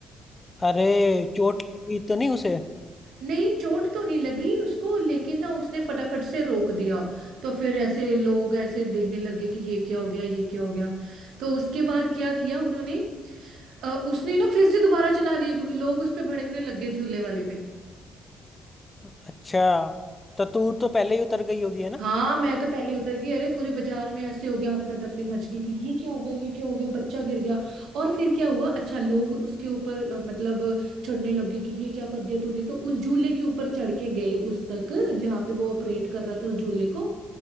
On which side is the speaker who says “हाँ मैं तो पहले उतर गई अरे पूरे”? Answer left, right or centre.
Right